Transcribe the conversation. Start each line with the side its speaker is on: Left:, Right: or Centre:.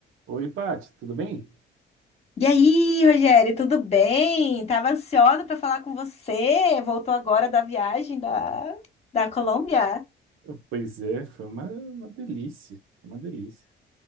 Right: Oi, Paty, tudo bem?
Left: E aí, Rogério, tudo bem? Tava ansiosa para falar com você. Voltou agora da viagem da, da Colômbia?
Right: Oh, Pois é, foi uma, uma delícia, foi uma delícia.